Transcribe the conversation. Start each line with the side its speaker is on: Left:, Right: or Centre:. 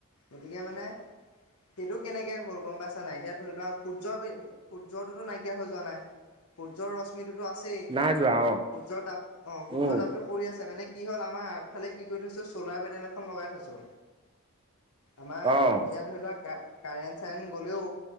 Left: গতিকে মানে। সেইটো কেনেকে হ'ল গম পাইছা নাই এতিয়া ধৰি লোৱা সূৰ্যৰ সূৰ্যটোতো নাইকিয়া হৈ যোৱা নাই। সূৰ্যৰ ৰশ্মিটোতো আছেই
Right: নাই যোৱা অ',
Left: সূৰ্যৰ তাপ অ সূৰ্যৰ
Right: উম,
Left: তাপটো পৰি আছে মানে। কি হ'ল আমাৰ আগফালে কি কৰি থৈছোঁ চ'লাৰ পেনেল এখন লগাই থৈছোঁ। আমাৰ
Right: অ',
Left: এতিয়া ধৰি লোৱা কা কাৰেন চাৰেন গলেও